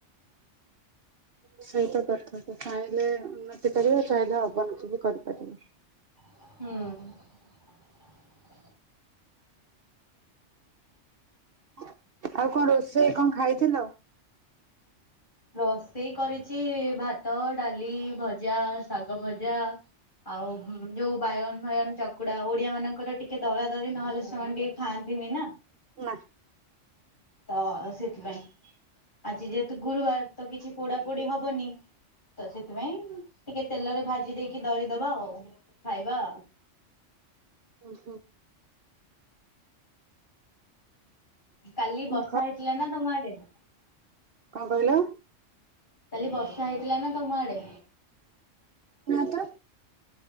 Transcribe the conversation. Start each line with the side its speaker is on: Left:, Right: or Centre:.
Right: ସେଇତ କଥା ସେ ଚାହିଁଲେ ଉନ୍ନତି କରିବ ଚାହିଁଲେ ଅବନତି ବି କରିପାରିବ।
Left: ହୁଁ।
Right: ଆଉ କଣ ରୋଷେଇ କଣ ଖାଇଥିଲ।
Left: ରୋଷେଇ କରିଚି ଭାତ ଡାଲି ଭଜା ଶାଗ ଭଜା। ଆଉ ଯୋଉ ବାଇଗଣ ଫାଇଗଣ ଚକୁଡା ଓଡିଆ ମାନଙ୍କର ଟିକେ ଦଳା ଦଳି ନହେଲେ ସେମାନେ ଟିକେ ଖାଆନ୍ତିନି ନା।
Right: ନା।
Left: ତ ସେଥିପାଇଁ ଆଜି ଯେହେତୁ ଗୁରୁବାର ତ କିଛି ପୋଡା ପୋଡି ହବନି। ତ ସେଥିପାଇଁ ଟିକେ ତେଲରେ ଭାଜି ଦେଇକି ଦଳି ଦବା ଆଉ ଖାଇବା।
Right: ଉଁ ହୁଁ।
Left: କାଲି
Right: ହୁଁ
Left: ବର୍ଷା ହେଇଥିଲା ନା ତମ ଆଡେ।
Right: କଣ କହିଲ।
Left: କାଲି ବର୍ଷା ହେଇଥିଲା ନା ତମ ଆଡେ।
Right: ନା ତ।